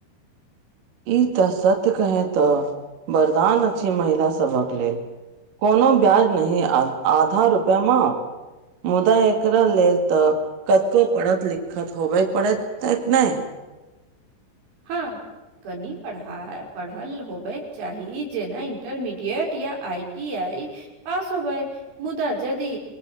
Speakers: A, on the right; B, on the right.
A: ई तऽ सत्य कहे तऽ वरदान अछि महिला सबहक लेल कोनो ब्याज नहि आधा रुपया माफ मुदा एकरा लेल तऽ कते पढ़त लिखत होबै पढ़त तत नहि
B: हँ कनि पढ़ा पढ़ल होबयके चाही जेना इन्टरमीडिएट या आइ टी आइ पास होबै मुदा यदि